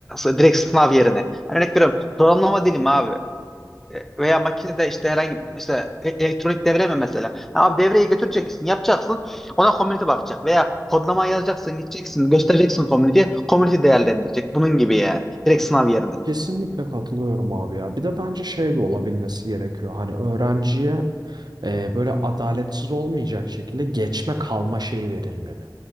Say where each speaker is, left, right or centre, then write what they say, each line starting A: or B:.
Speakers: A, in the centre; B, on the right.
A: e, direkt sınav yerine. Yani örnek veriyorum programlama dilim abi. E, Veya makinede işte herhangi işte e- elektronik devre mi mesela? Ha, Abi devreyi götüreceksin, yapacaksın. Ona community bakacak veya kodlama yazacaksın, gideceksin, göstereceksin community'ye. Community değerlendirecek. Bunun gibi yani. Direkt
B: Ha,
A: sınav yerine.
B: Kesinlikle katılıyorum abi ya. Bir de bence şey de olabilmesi gerekiyor. Hani öğrenciye e, böyle adaletsiz olmayacak şekilde geçme kalma şeyi verilmeli.